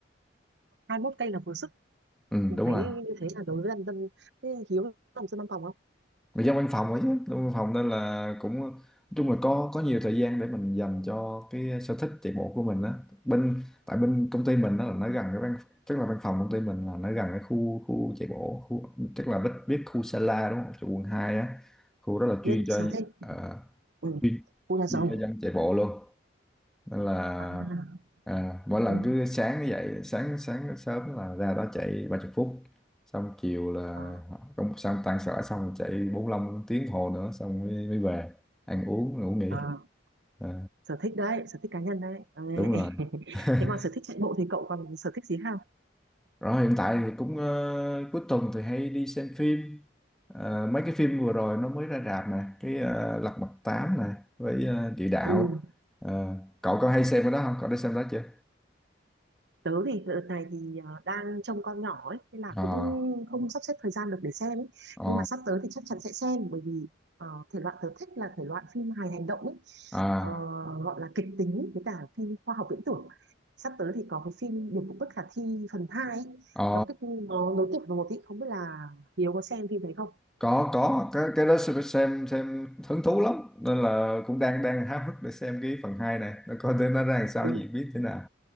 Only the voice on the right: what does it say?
hai mốt cây là vừa sức
mình
thấy
như thế là đối với dân dân thế Hiếu làm dân văn phòng không
biết
xá thế
ừ.
cô là
giàu
à
ừ.
à,
à.
sở thích đấy sở thích cá nhân đấy Ờ,
<laughs>
thế còn sở thích chạy bộ thì cậu còn sở thích gì không
ừ.
tớ thì đợt này thì ờ, đang trông con nhỏ ấy nên là
cũng không sắp xếp thời gian được để xem ấy.
nhưng mà sắp tới thì chắc chắn sẽ xem bởi vì ờ, thể loại tớ thích là thể loại phim hài hành động ấy
Ờ, gọi là kịch tính với cả phim khoa học viễn tưởng sắp tới thì có cái phim Điệp vụ bất khả thi phần hai. ấy.
nó kết nó nối tiếp vào một ý không biết là Hiếu có xem phim đấy không
ừ